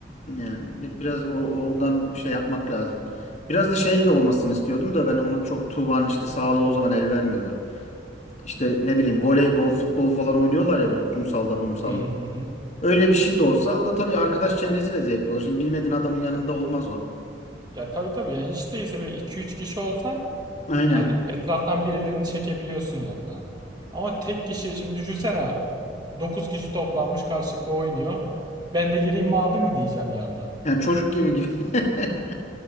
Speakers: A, on the left (about 40°); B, on the right (about 25°).
A: Yani bir- biraz o- oradan şey yapmak lazım. Biraz da şey de olmasını istiyordum da ben onu çok Tuğba'nın işte sağlığı o zaman el vermiyordu. İşte ne bileyim voleybol, futbol falan oynuyorlar ya böyle kumsalda, mumsalda.
B: Hı hı hı. hı.
A: Öyle bir şey de olsa o da tabii arkadaş çevresiyle zevkli olur. Şimdi bilmediğin adamın yanında olmaz o.
B: Ya tabii tabii yani hiç değilse böyle 2-3 kişi olsan
A: Aynen.
B: hani etraftan birilerini çekebiliyorsun yanına. Ama tek kişi şimdi düşünsene 9 kişi toplanmış karşılıklı oynuyor. Ben de gireyim mi abi mi diyeceğim yandan.
A: Yani çocuk gibi gibi. <laughs>